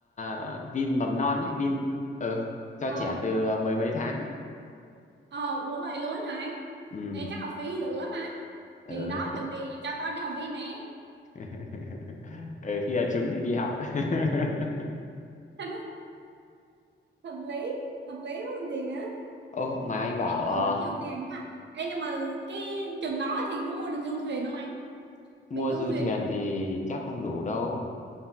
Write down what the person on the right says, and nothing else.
ờ
ờ uống vậy luôn hả anh
ê chắc học phí được lắm mà
thì đó
chuẩn bị cho con đi học viên nè
<laughs> hợp lý hợp lý không còn gì nữa
Ê,
nhưng
mà vẫn nhiều tiền nha Ê, nhưng mà cái chừng đó thì có mua được du thuyền không anh
mình du
thuyền